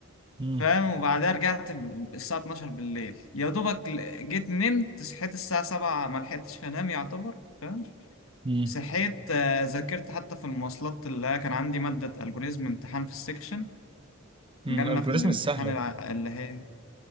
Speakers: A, on the right; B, on the left.
A: امم
B: فاهم وبعدها رجعت ب- الساعة 12 بالليل يا دوبك ل- جيت نمت صحيت الساعة 7 ما لحقتش انام يعتبر فاهم
A: امم
B: صحيت آه، ذاكرت حتى في المواصلات اللي كان عندي مادة الجوريزم امتحان في السكشن
A: امم
B: جالنا
A: الالجوريزم
B: في الامتحان
A: السهلة
B: الع- اللي هي